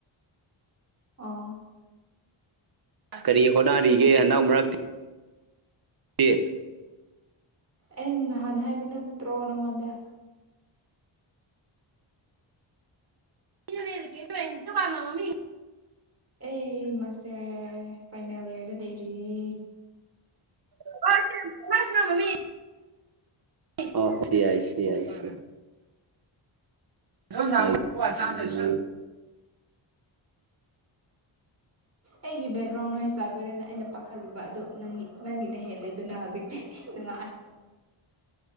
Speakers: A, on the right (about 30°); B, on the right (about 45°).
A: ꯑꯣ
B: ꯀꯔꯤ ꯍꯣꯠꯅꯔꯤꯒꯦ ꯍꯟꯗꯛ ꯃꯔꯛꯇꯤ ꯇꯤ
A: ꯑꯩꯅ ꯅꯍꯥꯟ ꯍꯥꯏꯕꯅ ꯅꯠꯇ꯭ꯔꯣ ꯅꯉꯣꯟꯗ
B: <unintelligible>
A: ꯑꯩ ꯃꯥꯁꯇꯔ ꯐꯥꯏꯅꯦꯜ ꯏꯌꯔꯗ ꯂꯩꯔꯤꯌꯦ
B: <unintelligible> ꯑꯣ ꯁꯤ ꯑꯥꯏ ꯑꯥꯏꯁꯤ ꯑꯥꯏꯁꯤ ꯅꯪ ꯅꯍꯥꯟꯒꯩ ꯀ꯭ꯋꯥ ꯆꯥꯗ꯭ꯔꯁꯨ
A: ꯑꯩꯒꯤ ꯕꯦꯛꯒ꯭ꯔꯥꯎꯟ <unintelligible> ꯆꯥꯗꯨꯏꯔꯅꯦ ꯑꯩꯅ ꯄꯥꯈꯠꯂꯨꯕ ꯑꯗꯨ ꯅꯪꯒꯤ ꯅꯪꯒꯤꯅ ꯍꯦꯜꯂꯦꯗꯅ ꯍꯧꯖꯤꯛꯇꯤ ꯅꯨꯡꯉꯥꯏ